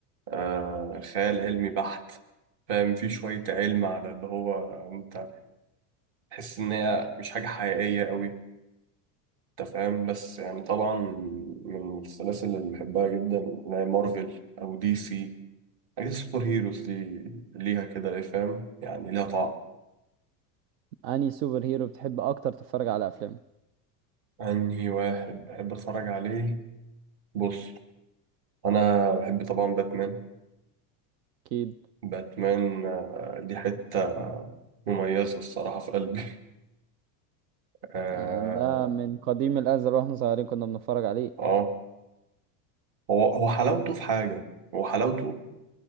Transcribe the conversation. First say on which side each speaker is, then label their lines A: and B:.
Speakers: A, on the right; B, on the right.
A: آه خيال علمي بحت فاهم في شويه علم على اللي هو انت تحس ان هي مش حاجه حقيقيه قوي انت فاهم بس يعني طبعا من السلاسل اللي بحبها جدا اللي هي مارفل او دي سي حاجات السوبر هيروز دي ليها كده ايه فاهم يعني ليها طعم
B: انهي سوبر هيرو بتحب اكتر تتفرج على افلامه
A: انهي واحد بحب اتفرج عليه بص انا بحب طبعا باتمان
B: اكيد
A: باتمان آه، دي حتة مميزة الصراحة في قلبي <laughs> اه
B: آه، ده من قديم الازل واحنا صغيرين كنا بنتفرج عليه
A: آه. هو هو حلاوته في حاجة هو حلاوته